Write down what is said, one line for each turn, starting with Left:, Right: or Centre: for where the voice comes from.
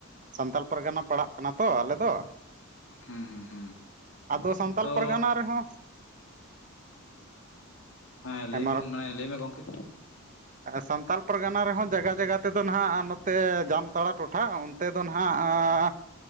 Right: ᱥᱟᱱᱛᱟᱞ ᱯᱟᱨᱜᱟᱱᱟ ᱯᱟᱲᱟᱜ ᱠᱟᱱᱟ ᱛᱚ ᱟᱞᱮ ᱫᱚ
Left: ᱦᱩᱸ ᱦᱩᱸ ᱦᱩᱸ
Right: ᱟᱫᱚ ᱥᱟᱱᱛᱟᱞ
Left: ᱛᱚ
Right: ᱯᱟᱨᱜᱟᱱᱟ ᱨᱮᱦᱚᱸ
Left: ᱦᱮᱸ ᱞᱟᱹᱭ
Right: ᱦᱮᱢᱟᱨ
Left: ᱵᱤᱱ ᱞᱟᱹᱭ ᱢᱮ ᱜᱚᱢᱠᱮ
Right: ᱥᱟᱱᱛᱟᱲ ᱯᱚᱨᱜᱟᱱᱟ ᱨᱮᱦᱚᱸ ᱡᱟᱜᱟ ᱡᱟᱜᱟ ᱛᱮᱫᱚ ᱱᱟᱦᱟᱜ ᱱᱚᱛᱮ ᱡᱟᱢᱛᱟᱲᱟ ᱴᱚᱴᱷᱟ ᱚᱱᱛᱮ ᱫᱚ ᱱᱟᱦᱟᱜ